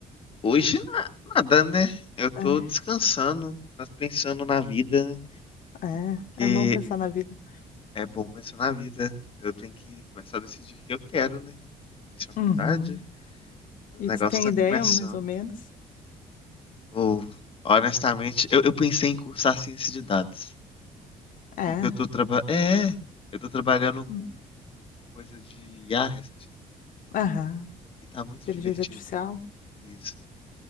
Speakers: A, on the left (about 35°); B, on the left (about 65°).
A: hoje na- nada, né? Eu tô
B: É,
A: descansando, mas pensando na vida, né?
B: é,
A: Porque
B: é bom pensar na vida.
A: é bom pensar na vida. Eu tenho que começar a decidir o que eu quero, né? Fiz faculdade,
B: Uhum.
A: o
B: E
A: negócio
B: tu tem
A: tá
B: ideia,
A: começando.
B: mais ou menos?
A: Ou, honestamente, eu, eu pensei em cursar ciência de dados,
B: É.
A: porque eu tô trabalhando, é, é, eu tô trabalhando
B: Hum.
A: com coisa de IA recentemente,
B: Aham.
A: e tá muito
B: Inteligência
A: divertido.
B: artificial?
A: Isso.